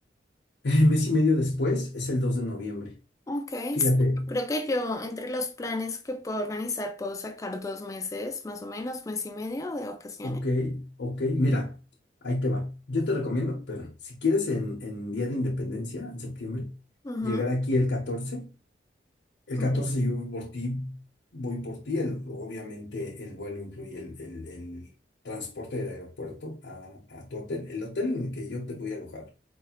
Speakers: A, on the left (about 75°); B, on the left (about 15°).
A: eh, mes y medio después, es el 2 de noviembre.
B: Ok,
A: Fíjate,
B: sí. Creo que yo entre los planes que puedo organizar puedo sacar dos meses, más o menos, mes y medio de vacaciones.
A: Ok, ok, mira, ahí te va. Yo te recomiendo, pero si quieres en, en Día de Independencia, en septiembre,
B: Ujú.
A: llegar aquí el 14. El
B: Ok.
A: 14 yo voy por ti, voy por ti. el- obviamente el vuelo incluye el, el- el transporte del aeropuerto a, a tu hotel. El hotel en el que yo te voy a alojar